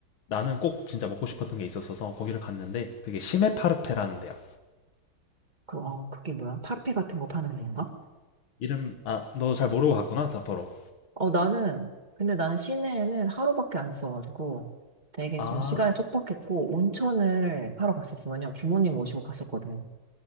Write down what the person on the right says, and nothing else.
그, 어, 그게 뭐야? 파르페 같은 거 파는 건가?
어, 나는, 근데 나는 시내에는 하루밖에 안 있어가지고 되게
좀 시간이 촉박했고 온천을 하러 갔었어. 왜냐면 부모님 모시고 갔었거든.